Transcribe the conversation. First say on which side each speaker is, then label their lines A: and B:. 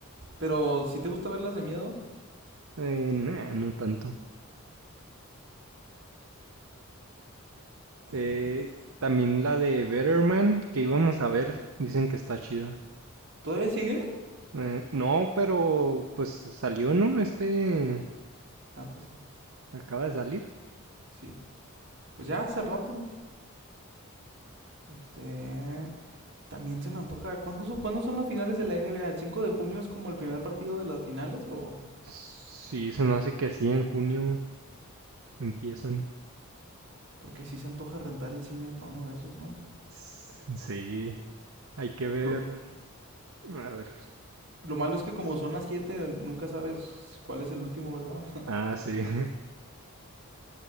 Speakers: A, on the right (about 50°); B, on the right (about 70°).
A: Pero, si te gusta verlas de miedo?
B: Eh, nah, no tanto. Eh,
A: Eh,
B: también la de Better Man que íbamos a ver, dicen que está chida.
A: ¿Todavía sigue?
B: Eh, no, pero pues salió, ¿no? Este
A: Ah, pues sí,
B: acaba de salir.
A: sí. Pues ya hace rato. Este... También se me antoja. ¿Cuándo, so- ¿Cuándo son las finales de la NBA? ¿El 5 de junio es como el primer partido de las finales o...?
B: Sí, se me hace que sí, en junio empiezan.
A: Porque sí se antoja rentar el cine para uno de esos, ¿no?
B: S- Sí, hay que ver.
A: Lo,
B: A ver.
A: lo malo es que como son las 7, nunca sabes cuál es el último, ¿verdad? <laughs>
B: Ah, sí. <laughs>